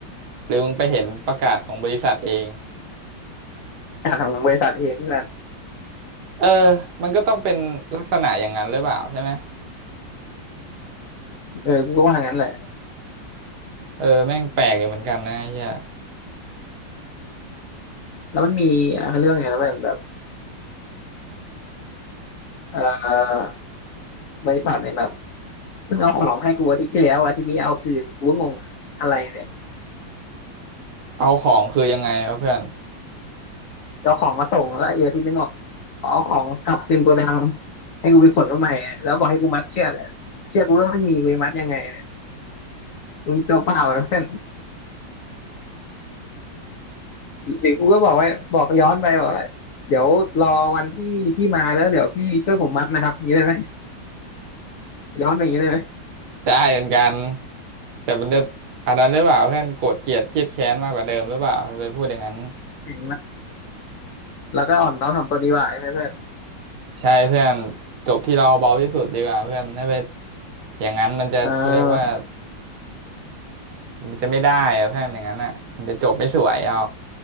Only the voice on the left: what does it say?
จาดของบริษัทเองเพื่อน
เออกูก็ว่างั้นแหละ
แล้วมันมีอ่ะเขาเรื่อง่ไงนะเพื่อนแบบเออบริษัทเนี่ยแบบเพิ่งเอาของมาให้กูอาทิตย์ที่แล้วอาทิตย์นี้เอาคืนกูก็งงอะอะไรเนี่ย
เอาของมาส่งแล้วไอ้อาทิตย์นึงบอกขอเอาของกลับคืนโกดังให้กูไปขนมาใหม่แล้วบอกให้กูมัดเชือกอะเชือกกูก็ไม่มีกูจะมัดยังไงเนี่ยกูมีตัวเปล่าอะเพื่อน หรือกูก็บอกว่าบอกย้อนไปบอกว่าเดี๋ยวรอวันที่พี่มาแล้วเดี๋ยวพี่ช่วยผมมัดนะครับอย่างนี้ได้ไหมย้อนไปอย่างนี้ได้ไหม
เก่งนะแล้วก็อ่อนน้อมถ่อมตนดีกว่าใช่ไหมเพื่อน
อ่า